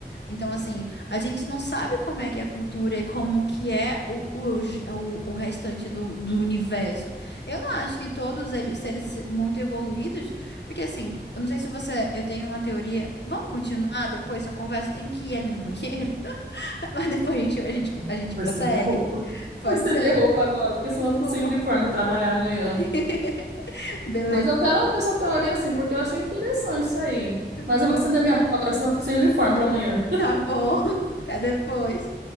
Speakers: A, on the left; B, on the right.
A: Então, assim, a gente não sabe como é que é a cultura e como que é o, o, j- o, o restante do, do universo. Eu não acho que todos eles serem se- muito evoluídos, porque assim, eu não sei se você, eu tenho uma teoria. Vamos continuar depois essa conversa? Tem que ir ali no banheiro, <laughs> mas depois a gente, a gente,
B: Hum,
A: a gente
B: Eu vou
A: prossegue.
B: estender roupa. <laughs>
A: Pode
B: Vou estender
A: ser?
B: roupa agora, porque
A: Desculpa.
B: senão eu fico sem uniforme para trabalhar amanhã.
A: <laughs> Beleza.
B: Mas eu quero ouvir sua teoria assim, porque eu achei interessante isso aí. Mas
A: Pô,
B: eu vou estender minha roupa agora, senão eu fico sem uniforme para amanhã.
A: Tá bom. <laughs> Até depois.